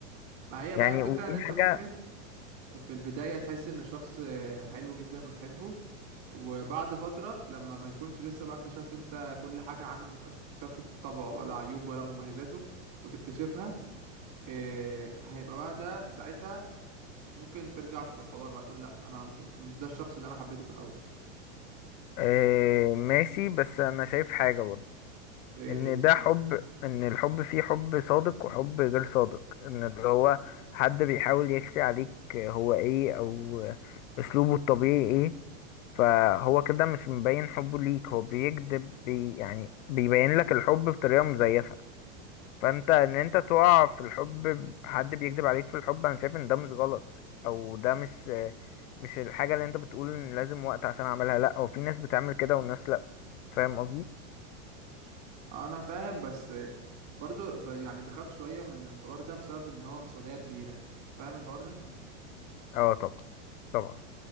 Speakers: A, on the right; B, on the left.
A: ما هي بقى
B: يعني
A: الفكره
B: ودي
A: ان انت
B: حاجة
A: ممكن في البداية تحس ان الشخص حلو جدا وتحبه وبعد فترة لما ما يكونش لسه بقى اكتشفت انت كل حاجة عنه متبقاش اكتشفت طبعه ولا عيوب ولا مميزاته وتكتشفها إيه هيبقى بقى ده ساعتها ممكن ترجع في الحوار بقى تقول لا انا ما كنت مش ده الشخص اللي انا حبيته في الاول
B: آه، ماشي بس أنا شايف حاجة برضه
A: ايه
B: إن
A: هي
B: ده حب إن الحب فيه حب صادق وحب غير صادق إن اللي هو حد بيحاول يخفي عليك هو إيه أو أسلوبه الطبيعي إيه فهو كده مش مبين حبه ليك هو بيكذب بي يعني بيبين لك الحب بطريقة مزيفة فانت ان انت تقع في الحب ب- حد بيكذب عليك في الحب انا شايف ان ده مش غلط او ده مش مش الحاجه اللي انت بتقول ان لازم وقت عشان اعملها لا هو في ناس بتعمل كده والناس لا فاهم قصدي
A: انا فاهم بس برضو ب يعني بخاف شوية من الحوار ده بسبب ان هو مسؤولية كبيرة فاهم الحوار ده
B: اه طبعا طبعا